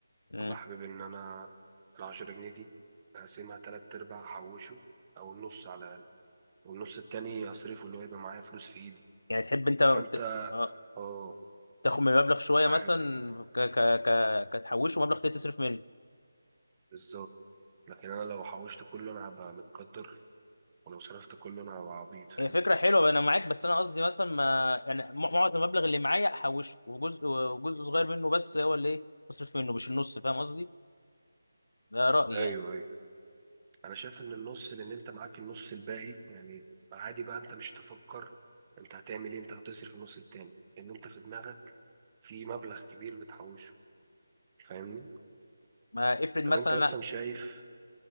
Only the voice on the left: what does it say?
مم.
يعني تحب انت ت-
اه
تاخد من المبلغ شويه
مثلا
ك ك ك كتحوشه مبلغ تاني تصرف منه
هي فكرة حلوة بقى، أنا معاك بس أنا قصدي مثلا ما يعني م- معظم المبلغ اللي معايا أحوشه وجزء وجزء صغير منه بس هو اللي إيه أصرف منه مش النص فاهم قصدي؟ ده رأيي
يعني
ما افرض
مثلا
أنا